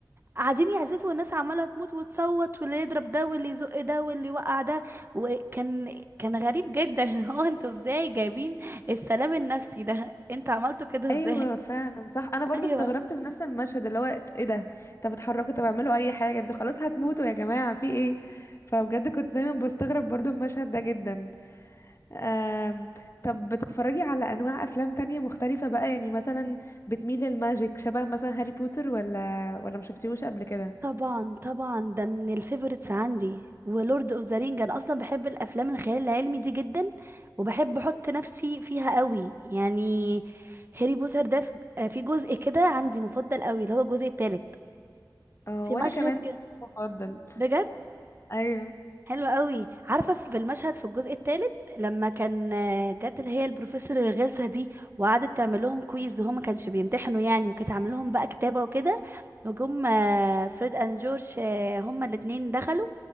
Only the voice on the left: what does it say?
ايوه
فعلا صح انا برضو
استغربت من نفس المشهد اللي هو ايه ده طب اتحركوا طب اعملوا اي حاجه انتوا خلاص هتموتوا يا جماعه في ايه فبجد كنت دايما بستغرب برضو المشهد ده جدا آم... طب بتتفرجي على انواع افلام تانية مختلفه بقى يعني مثلا بتميل للماجيك شبه مثلا هاري بوتر ولا ولا ما شفتيهوش قبل كده
اه
وانا
كمان
مفضل
ايوه